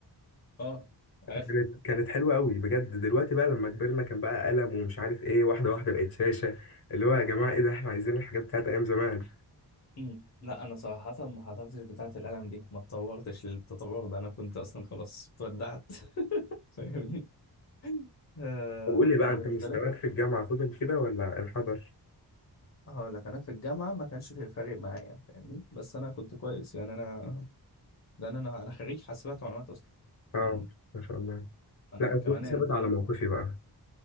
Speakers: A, on the left; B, on the left.
A: اه عارف
B: كانت كانت حلوه قوي بجد دلوقتي بقى لما كبرنا كان بقى قلم ومش عارف ايه واحده واحده بقت شاشه اللي هو يا جماعه ايه ده احنا عايزين الحاجات بتاعت ايام زمان
A: مم. لا انا صراحه ما حضرتش بتاعه القلم دي ما اتطورتش للتطور ده انا كنت اصلا خلاص اتودعت <laughs> فاهمني آه
B: طب قول لي بقى
A: فانا
B: انت
A: بالنسبه
B: مستواك
A: لك
B: في الجامعه فضل كده ولا انحدر
A: هقول لك انا في الجامعه ما كانش في فارق معايا فاهمني بس انا كنت كويس يعني انا ده انا انا خريج حاسبات ومعلومات اصلا
B: اه
A: فاهمني
B: ما شاء الله
A: انا
B: لا انا
A: كمان
B: كنت
A: انا
B: ثابت
A: فاهم
B: على موقفي بقى